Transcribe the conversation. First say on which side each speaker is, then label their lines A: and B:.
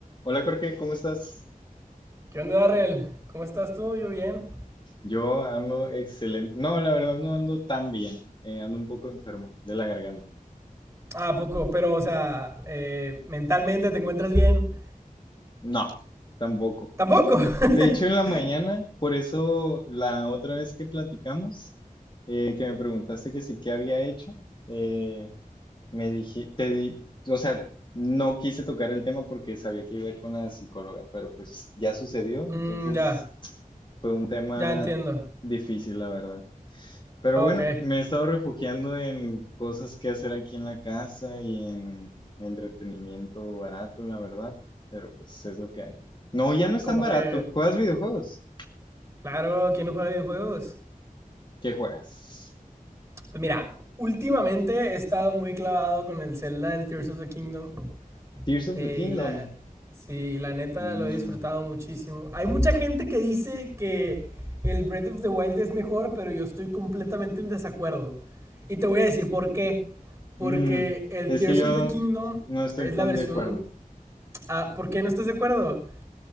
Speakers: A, on the left; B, on the right.
A: Hola Jorge, ¿cómo estás?
B: ¿Qué onda, Darrell? ¿Cómo estás tú? Yo bien.
A: Yo ando excelente. No, la verdad no ando tan bien. Eh, ando un poco enfermo de la garganta.
B: Ah, poco, pero, o sea, eh, mentalmente te encuentras bien.
A: No, tampoco.
B: Tampoco. <laughs>
A: De hecho, en la mañana, por eso la otra vez que platicamos, eh, que me preguntaste que sí que había hecho, eh, me dije, te di, o sea, no quise tocar el tema porque sabía que iba a ir con la psicóloga, pero pues ya sucedió, entonces
B: Mm, ya,
A: fue un tema
B: ya entiendo.
A: difícil, la verdad. Pero
B: Ok,
A: bueno, me he estado refugiando en cosas que hacer aquí en la casa y en entretenimiento barato, la verdad. Pero pues es lo que hay. No, ya no es
B: como
A: tan barato.
B: que,
A: ¿Juegas videojuegos?
B: claro, ¿quién no juega videojuegos?
A: ¿Qué juegas?
B: Pues mira, últimamente he estado muy clavado con el Zelda del Tears of the Kingdom.
A: Tears of
B: Eh,
A: the Kingdom.
B: y la, sí, la neta
A: Mm,
B: lo he disfrutado muchísimo. Hay mucha gente que dice que el Breath of the Wild es mejor, pero yo estoy completamente en desacuerdo. Y te voy a decir por qué. Porque
A: mm,
B: el
A: Es
B: Tears
A: que yo
B: of the Kingdom
A: no estoy
B: es
A: tan
B: la versión...
A: de acuerdo.
B: Ah, ¿por qué no estás de acuerdo?